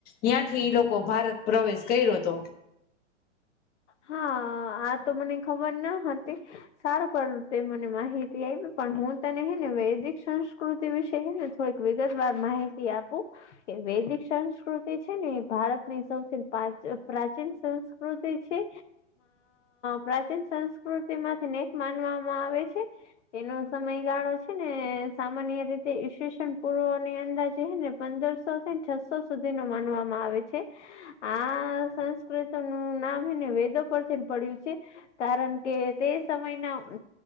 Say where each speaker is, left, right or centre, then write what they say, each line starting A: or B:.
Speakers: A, on the left (about 25°); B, on the left (about 70°).
A: ન્યાંથી ઈ લોકો ભારત પ્રવેશ કયરો તો.
B: હા આ તો મને ખબર ન હતી. સારું કરું તે મને માહિતી આય્પી પણ હું તને હે ને વૈદિક સંસ્કૃતિ વિશે હેને કઈક વિગતવાર માહિતી આપું. વૈદિક સંસ્કૃતિ છે ને ભારત ની સૌથી પ્રાચીન સંસ્કૃતિ છે. પ્રાચીન સંસ્કૃતિ માંથી નેક માનવામાં આવે છે. એનો સમયગાળો છે ને સામાન્ય રીતે ઈેશન પૂર્વ ની અંદર જે છે ને. પંદરસો થી છસો સુધી ન માનવામાં આવે છે. આ સંસ્કૃત નું નામ ને વેદો પરથી પડ્યું છે, કારણ કે તે સમયના